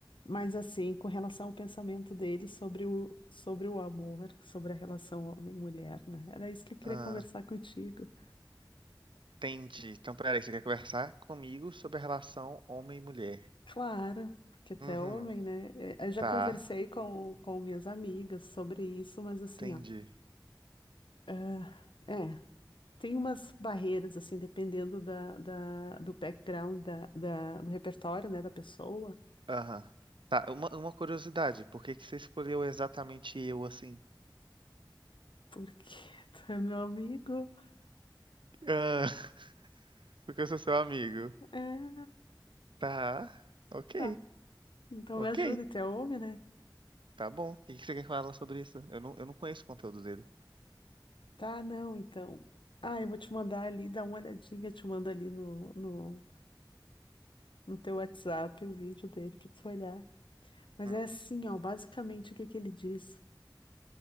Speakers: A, on the left; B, on the right.
A: Mas assim, com relação ao pensamento dele sobre o, sobre o amor, sobre a relação homem-mulher, né? Era isso que eu queria
B: ah,
A: conversar
B: ah,
A: contigo.
B: entendi. Então, peraí, você quer conversar comigo sobre a relação homem e mulher?
A: Claro, porque tu
B: Uhum.
A: é homem, né? É, Eu já
B: Tá,
A: conversei com, com minhas amigas sobre isso, mas assim,
B: entendi.
A: ó, ah, é, tem umas barreiras, assim, dependendo da, da, do background, da, da- do repertório, né, da pessoa,
B: Aham. Tá, uma, uma curiosidade, por que que você escolheu exatamente eu assim?
A: porque <laughs> tu é meu amigo,
B: Ah, <laughs> porque eu sou seu amigo.
A: é,
B: Tá, ok,
A: tá, então
B: ok,
A: me ajuda, e tu é homem, né?
B: tá bom. O que que você quer falar sobre isso? Eu não, eu não conheço o conteúdo dele.
A: Tá, não, então, ah, eu vou te mandar ali, dá uma olhadinha, te mando ali no, no, no teu WhatsApp o vídeo dele pra tu olhar. Mas
B: Hum,
A: é assim, ó, basicamente o que que ele diz?